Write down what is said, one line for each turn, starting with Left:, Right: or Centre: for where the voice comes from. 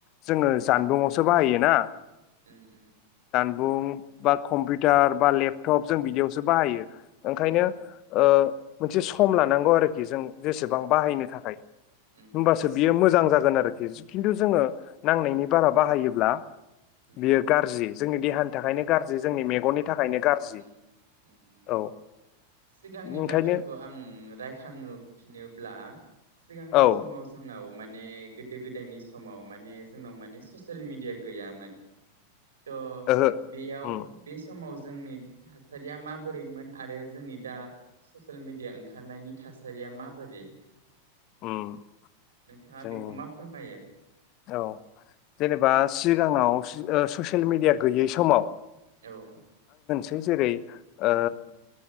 Left: जोङो जानबुं आवसो बाहायो ना
Right: उम उम
Left: बुं बा कम्पिउटार बा लेपटप जों बिदियावसो बाहायो। ओंखायनो
Right: उम
Left: ओ मोनसे सम लानांगौ आरोखि जों जेसेबां बाहायनो थाखाय
Right: उम उम
Left: होमबासो
Right: उम
Left: बियो मोजां जाग गोन आरोखिस खिथु जोङो नांनायनि बारा बाहायोब्ला
Right: उम
Left: बियो गारजि जोंनि देहानि थाखायनो गाज्रि जोंनि मेगननि थाखायनो गाज्रि
Right: उम उम उम
Left: औ
Right: सिगांनि
Left: ओंखायनो
Right: बाथ्राखौ आं रायखांओ फिनोब्ला सिगांनि
Left: औ
Right: समाव जोंनाव माने गोदो गोदायनि समाव माने जोंनाव माने सेल मिडिया गैयामोन। त
Left: ओहो
Right: बेयाव
Left: उम
Right: बे समाव जोंनि थासारिया माबोरैमोन आरो जोंनि दा ससियेल मिडिया ओंखारनायनि थासारिया माबोरै?
Left: उम
Right: नोंथाङा
Left: जों
Right: बेखौ मा फोरमायो
Left: अ जेनेबा सिगाङाव सि ओ ससियेल मिडिया गैयै समाव
Right: औ
Left: नों जेरै ओ
Right: उम